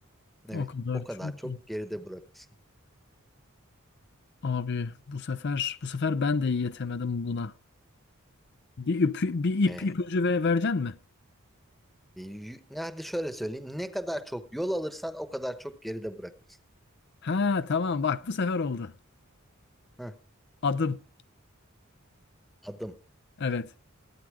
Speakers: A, in the centre; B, on the left.
A: Evet.
B: o kadar
A: O kadar
B: çok.
A: çok
B: iyi.
A: geride bırakırsın.
B: Abi bu sefer bu sefer ben de yetemedim buna. Bir ip, bir ip
A: E,
B: ipucu ve vereceksin mi?
A: E, y- ne Hadi şöyle söyleyeyim. Ne kadar çok yol alırsan o kadar çok geride bırakırsın.
B: Ha tamam bak bu sefer oldu.
A: Heh,
B: Adım.
A: adım.
B: Evet.